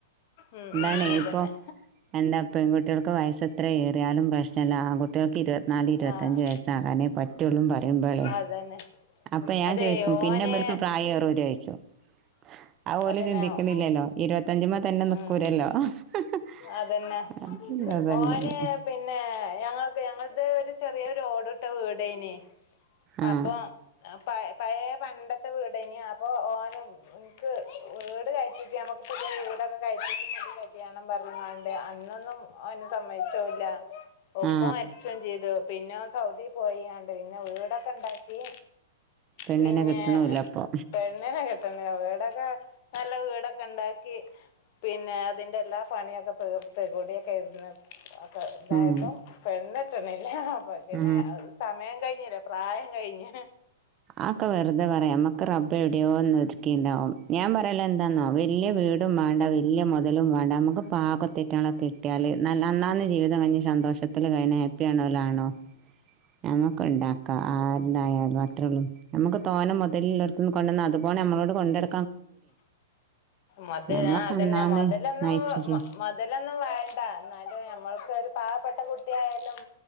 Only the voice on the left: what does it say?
ഉം,
ഉം, അതന്നെ
ആ
അതന്നെ
അതെ
ഓന്
അതന്നെ
ഓ-
ഉം.
അതന്നെ ഓന് പിന്നെ ഞങ്ങൾക്ക് ഞങ്ങൾക്ക് ഒരു ചെറിയ ഒരു ഓടിട്ട ഇട്ട വീടേനെ
അപ്പൊ പ പഴേ പണ്ടത്ത വീടാന് അപ്പൊ ഓന് എനിക്ക് വീട് കഴിച്ചിട്ട് നമ്മക്ക് പുതിയ വീടൊക്കെ <unintelligible> കല്യാണം പറഞ്ഞങ്ങാണ്ട് അന്നൊന്നും ഓന് സമ്മതിച്ചൂല്ല ഒപ്പം
വരച്ചയും ചെയ്തു പിന്നെ സൗദി പോയിണ്ട് പിന്നെ വീടൊക്കെ ഉണ്ടാക്കി
പിന്നെ
പെണ്ണനൊക്കെ വീടൊക്കെ നല്ല വീടൊക്കെ ഉണ്ടാക്കി പിന്നെ അതിന്റെ എല്ലാ പണിയൊക്കെ ഓരോ പരിപൊടിയൊക്കെ കഴിഞ്ഞതന്ന് ഇതായപ്പം
പെണ്ണ് ട്ടൊന്നുല്ലാ അപ്പാ പിന്നെ
അത് സമയം കഴിഞ്ഞു ല്ല പ്രായം കഴിഞ്ഞ്
മുതൽ
ആ അതന്നെ
മുതലൊന്നും
മുതലൊന്നും വേണ്ട എന്നാലും ഞമ്മൾക്കൊരു പാവപ്പെട്ട കുട്ടിയായാലും